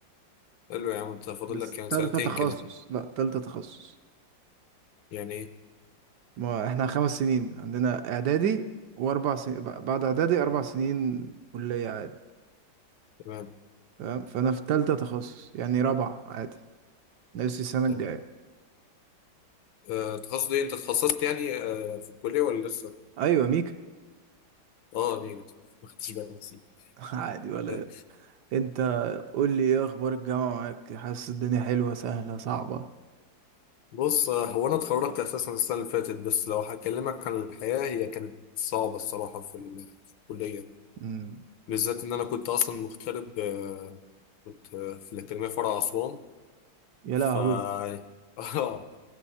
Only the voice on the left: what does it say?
حلو يا عم انت فاضل
لك يعني
سنتين
كده
يعني ايه
تمام
تمام
آه تخصص ايه انت اتخصصت يعني آه في الكليه ولا لسه
اه اميجا ما خدتش بالي نسيت
آه،
بص آه، هو انا اتخرجت اساسا السنه اللي فاتت بس لو هكلمك عن الحياه هي كانت صعبه الصراحه في ال- في الكليه
بالذات إن أنا كنت أصلا مغترب آه، كنت آه، في الأكاديمية فرع أسوان
ف
<laughs> آه